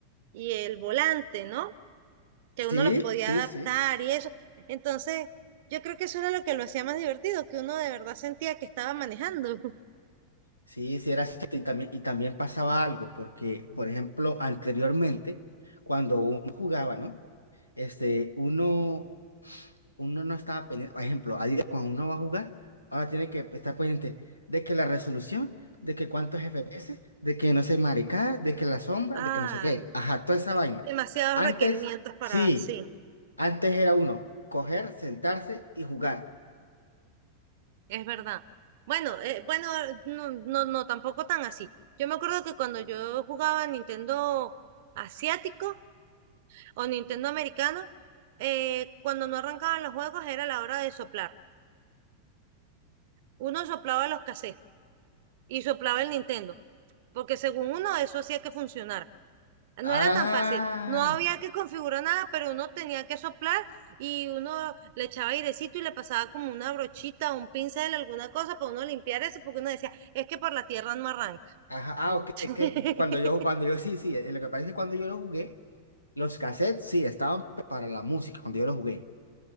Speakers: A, on the right (about 50°); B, on the left (about 80°).
A: y el volante, ¿no? que
B: Sí,
A: uno los podía
B: sí,
A: adaptar
B: sí.
A: y eso. Entonces, yo creo que eso era lo que lo hacía más divertido, que uno de verdad sentía que estaba manejando. <laughs>
B: Sí, sí era cierto. Y también, y también pasaba algo, porque, por ejemplo, anteriormente, cuando uno jugaba, ¿no? Este, uno, uno no estaba pendiente, por ejemplo, a cuando uno va a jugar, ahora tiene que estar pendiente de que la resolución, de que cuántos FPS, de que no sé, maricada, de que la sombra,
A: Ay,
B: de que no sé qué. Ajá, toda esa vaina.
A: Demasiados
B: Antes,
A: requerimientos para,
B: sí,
A: sí,
B: antes era uno, coger, sentarse y jugar.
A: es verdad. Bueno, eh, bueno, no, no, no, tampoco tan así. Yo me acuerdo que cuando yo jugaba Nintendo asiático o Nintendo americano, eh, cuando no arrancaban los juegos era la hora de soplar. Uno soplaba los cassettes y soplaba el Nintendo, porque según uno eso hacía que funcionara. No
B: Ah.
A: era tan fácil, no había que configurar nada, pero uno tenía que soplar y uno le echaba airecito y le pasaba como una brochita, un pincel, alguna cosa para uno limpiar eso, porque uno decía, es que por la tierra no arranca.
B: Ajá, ah, ok,
A: <laughs>
B: es que cuando yo, cuando yo, sí, sí, eh, lo que pasa es que cuando yo lo jugué, los cassettes sí estaban para la música, cuando yo lo jugué,